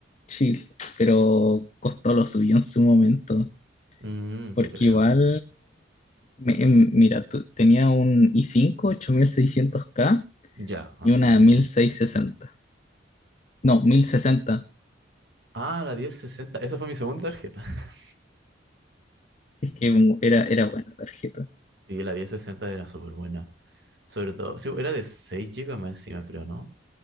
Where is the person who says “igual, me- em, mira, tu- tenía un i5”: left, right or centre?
Left